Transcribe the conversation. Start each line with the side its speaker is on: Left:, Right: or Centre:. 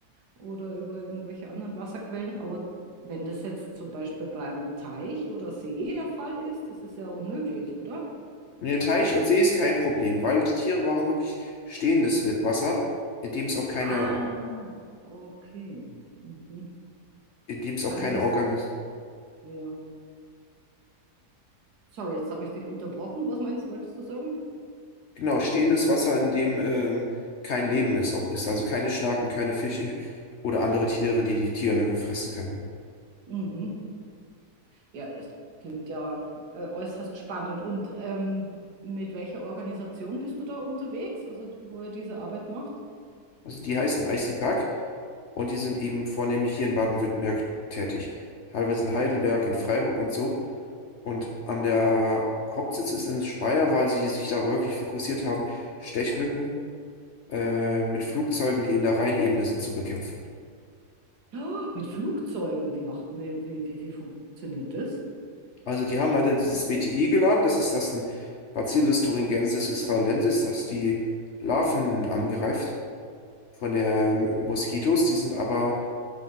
Right: Oder über irgendwelche anderen Wasserquellen. Aber wenn das jetzt zum Beispiel bei einem Teich oder See der Fall ist, das ist ja unmöglich, oder?
Left: In den Teich und See ist kein Problem, weil die Tiere brauchen wirklich stehendes Wasser, in dem es auch keine,
Right: Ah, okay. Mhm.
Left: in dem es auch
Right: Also
Left: keine
Right: das,
Left: Organ
Right: ja. Sorry, jetzt habe ich dich unterbrochen. Was meinst, wolltest du sagen?
Left: Genau, stehendes Wasser, in dem ähm, kein Leben ist, auch ist. Also keine Schnaken, keine Fische oder andere Tiere, die die Tigermücke fressen können.
Right: Mhm. Ja, das klingt ja äh, äußerst spannend. Und ähm, mit welcher Organisation bist du da unterwegs, also wo ihr diese Arbeit macht?
Left: Also die heißen Icy Bug und die sind eben vornehmlich hier in Baden-Württemberg tätig. Teilweise in Heidelberg, in Freiburg und so. Und an der Hauptsitz ist in Speyer, weil sie sich da wirklich fokussiert haben, Stechmücken äh, mit Flugzeugen, die in der Rheinebene sind, zu bekämpfen.
Right: Ja, mit Flugzeugen. Wie macht, wie, wie, wie wie funktioniert das?
Left: Also die haben halt ja dieses BTI geladen, das ist das ein Bacillus thuringiensis israelensis, das die Larven angreift von der ähm, Moskitos, die sind aber